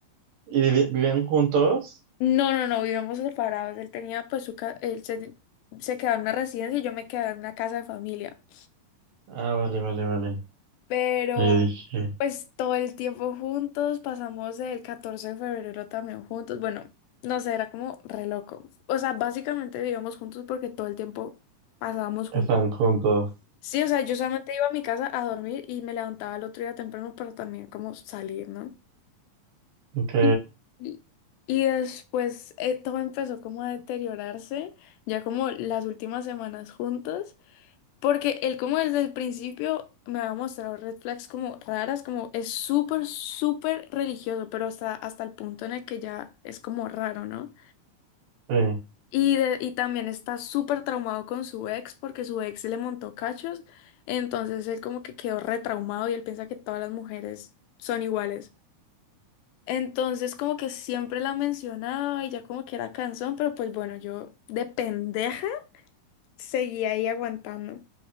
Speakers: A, on the right; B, on the left.
A: ¿Y vivi- vivían juntos?
B: No, no, no, vivíamos separados. Él tenía, pues, su ca- él se, se quedaba en una residencia y yo me quedaba en una casa de familia.
A: Ah, vale, vale, vale.
B: Pero,
A: Y Yo dije,
B: pues, todo el tiempo juntos, pasamos el 14 de febrero también juntos. Bueno, no sé, era como re loco. O sea, básicamente vivíamos juntos porque todo el tiempo pasábamos juntos.
A: están juntos.
B: Sí, o sea, yo solamente iba a mi casa a dormir y me levantaba el otro día temprano para también como salir, ¿no?
A: Ok,
B: Y y y después eh, todo empezó como a deteriorarse, ya como las últimas semanas juntos, porque él como desde el principio me había mostrado red flags como raras, como es súper, súper religioso, pero hasta, hasta el punto en el que ya es como raro, ¿no?
A: sí,
B: Y, de- y también está súper traumado con su ex porque su ex le montó cachos, entonces él como que quedó retraumado y él piensa que todas las mujeres son iguales. Entonces como que siempre la mencionaba y ya como que era cansón, pero pues bueno, yo de pendeja seguía ahí aguantando.